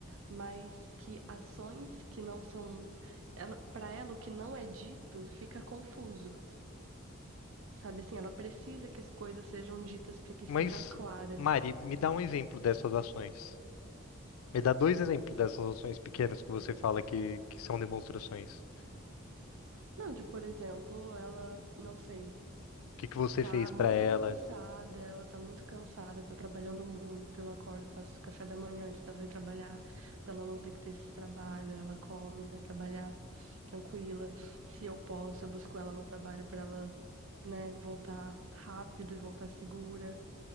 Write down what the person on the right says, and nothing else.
mas que ações que não são, ela, para ela o que não é dito fica confuso, sabe? Assim, ela precisa que as coisas sejam ditas para que estejam
claras.
Não, de, por exemplo, ela, não sei.
Tá
muito
cansada, ela tá muito cansada, tá trabalhando muito. Eu acordo, faço café da manhã antes dela ir trabalhar, pra ela não ter que ter esse trabalho. Ela come, vai trabalhar tranquila. Se eu posso, eu busco ela no trabalho pra ela, né, voltar rápido e voltar segura.